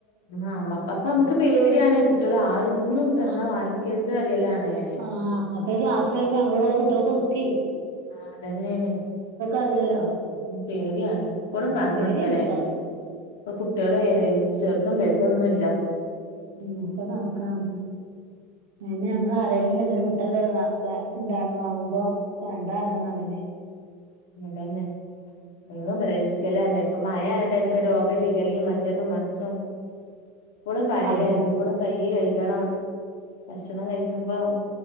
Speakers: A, on the left; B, on the right.
A: ആ അമ്മക്ക്അപ്പൊ നമ്മക്ക് പേട്യാണ് കുട്ട്യേൾ ആരും ഒന്നും തന്നാ
B: ആഹ്
A: വാങ്ങിക്കരുത് അറിയലാണ് ഞാന്
B: ആഹ് അപ്പ ഇ രാസ്യെണ് അവ്ടെ <unintelligible> കുട്ട്യേൾകൊടുക്കേ
A: ആ അതെന്നേണ്
B: അറിയില്ലല്ലോ
A: പേട്യാണ് ഇപ്പളും പറഞ്ഞൊ
B: പേടിയാണ്
A: ടുക്കല
B: ഇപ്പൊ
A: അയിന് ഇപ്പൊ കുട്ട്യേ ഏയ്ന് ചെറ്തും വെല്തൊന്നുല്ല
B: ഉം ഒക്കെ കൺക്കാണ് പിന്നെ ഞമ്മള് ആരേടേങ്കിലു എന്തേലു മുട്ടായി തെരു <unintelligible> എന്താണ് വാങ്ങുമ്പോ വേണ്ടന്നാറു ന്നറ്യണേ
A: താന്നെ എന്നും പ്രതീക്ഷിക്കലാണെ ഇപ്പ മഴയാതൊണ്ടെന്നെ ഇപ്പം രോഗ ശിഗല്ലെം മറ്റെതും മറ് ശും എപ്പോളും പയലേ
B: അതും
A: എപ്പളും കയ്യ് കഴികണം ഭക്ഷണം കഴി ക്ക്മ്പം